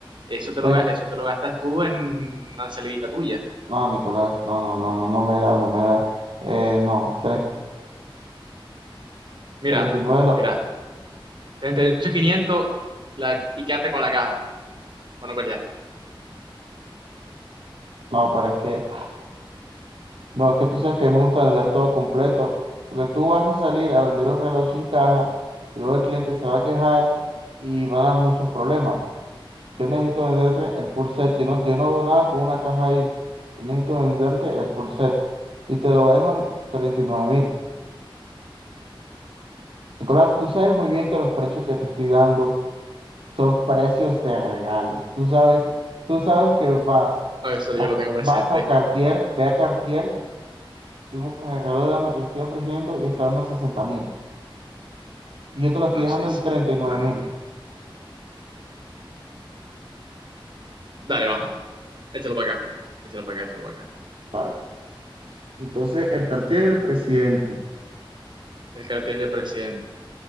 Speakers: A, on the right; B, on the right.
A: Eso te lo,
B: Trein-
A: ga- eso te lo gastas tú en una salidita tuya.
B: No, Nicolás, no, no, no, no, no me da, no me da. Eh, no,
A: Mira,
B: 39. 39,
A: mira.
B: lo...
A: treinta y ocho quinientos, la- y quédate con la caja. Para no pelear.
B: no, pero es que Bueno, es que tú sabes que a mí me gusta vender todo completo, porque tú vas a salir a vender un reloj sin caja y luego el cliente se va a quejar y van a haber muchos problemas. Yo necesito venderte el full set, yo no, yo no hago nada con una caja ahí, yo necesito venderte el full set y te lo dejo en treinta y nueve mil. Nicolás, tú sabes muy bien que los precios que te estoy dando son precios de regalo. Tú sabes, tú sabes que vas
A: Oh, Eso
B: a,
A: yo lo tengo presente.
B: vas a Cartier, ve a Cartier y buscas el reloj de dama que estoy ofreciendo y está dando sesenta mil. Y yo te lo estoy
A: No,
B: dejando
A: sí,
B: en
A: sí.
B: treinta y nueve
A: Bueno,
B: mil.
A: Dale, va. Échalo para acá. Échalo para acá, échalo para acá.
B: Vale. Entonces, el cartel el presidente.
A: El cartel del presidente,